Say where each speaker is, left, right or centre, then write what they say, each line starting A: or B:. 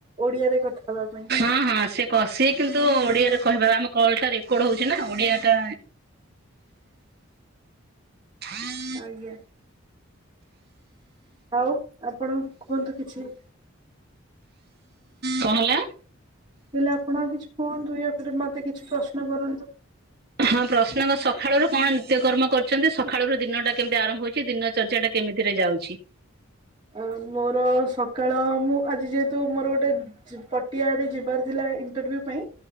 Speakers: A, on the right (about 20°); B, on the right (about 45°).
A: ଓଡିଆରେ କଥା ହେବା ପାଇଁ।
B: ହଁ ହଁ ସେ କ ସେ କିନ୍ତୁ ଓଡିଆରେ କହିବା ଆମ କଲ ଟା ରେକର୍ଡ ହଉଛି ନା ଓଡିଆ ଟା। <inaudible>
A: ଆଜ୍ଞା। ଆଉ ଆପଣ କୁହନ୍ତୁ କିଛି?
B: କଣ ହେଲା?
A: ହେଲେ ଆପଣ ଆଉ କିଛି କୁହନ୍ତୁ ଇଆପରେ ମତେ କିଛି ପ୍ରଶ୍ନ କରନ୍ତୁ।
B: ହଁ ପ୍ରଶ୍ନତ ସଖାଳର କଣ ନିତ୍ୟକର୍ମ କର ସେମତି ସଖାଳରୁ ଦିନଟା କେମତି ଆରମ୍ଭ ହୋଇଚି ଦିନ ଚର୍ଯ୍ୟା ଟା କେମିତିରେ ଯାଉଛି?
A: ଅ ମୋର ସକାଳ ମୁଁ ଆଜି ଯେହେତୁ ମୋର ଗୋଟେ। ଚୁ ପଟିଆ ଆଡେ ଯିବାର ଥିଲା ଇଣ୍ଟରଭ୍ୟୁ ପାଇଁ